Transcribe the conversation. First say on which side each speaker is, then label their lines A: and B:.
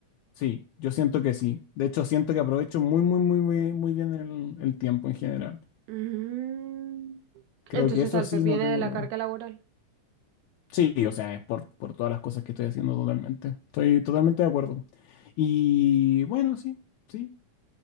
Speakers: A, on the left; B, on the right.
A: Sí, yo siento que sí. De hecho, siento que aprovecho muy, muy, muy, muy, muy bien el, el tiempo en general.
B: Mm,
A: Creo
B: entonces
A: que eso
B: tal
A: sí
B: vez viene
A: no tengo.
B: de la
A: no.
B: carga laboral.
A: Sí, o sea, es por, por todas las cosas que estoy haciendo totalmente. Estoy totalmente de acuerdo. Y bueno, sí, sí,